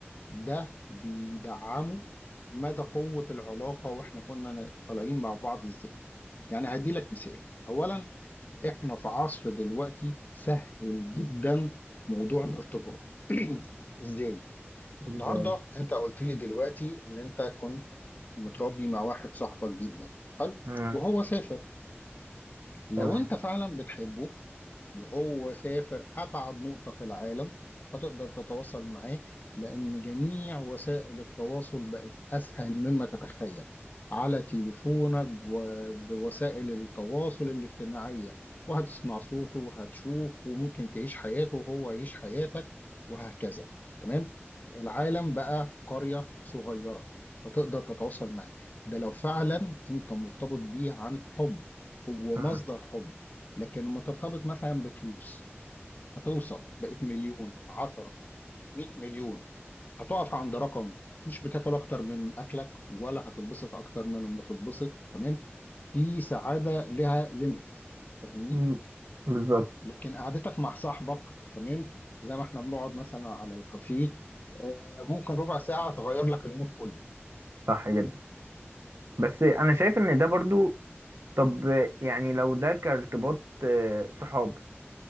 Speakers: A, on the left; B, on the right.
A: ده بيدعمه مدى قوة العلاقة واحنا كنا طالعين مع بعض ازاي يعني هديلك مثال اولا احنا في عصر دلوقتي سهل جدا موضوع الارتباط <clears throat> ازاي
B: بالظبط.
A: النهارده انت قلت لي دلوقتي ان انت كنت متربي مع واحد صاحبك جدا حلو
B: امم
A: وهو سافر لو
B: تمام
A: انت فعلا بتحبه وهو سافر أبعد نقطة في العالم هتقدر تتواصل معاه لأن جميع وسائل التواصل بقت أسهل مما تتخيل على تليفونك وبوسائل التواصل الاجتماعية وهتسمع صوته وهتشوف وممكن تعيش حياته وهو يعيش حياتك وهكذا تمام العالم بقى قرية صغيرة فتقدر تتواصل معاه ده لو فعلا انت مرتبط بيه عن حب هو
B: امم
A: مصدر حب لكن لما ترتبط مثلا بفلوس هتوصل بقت مليون عشرة مئة مليون هتقف عند رقم مش بتاكل اكتر من اكلك ولا هتتبسط اكتر من ما تتبسط تمام في سعادة لها ليميت فاهمني
B: مم. بالظبط
A: لكن قعدتك مع صاحبك تمام زي ما احنا بنقعد مثلا على الكافيه آه، ممكن ربع ساعة تغير لك المود كله
B: صح جدا بس انا شايف ان ده برضو طب يعني لو ده كارتباط آه، صحاب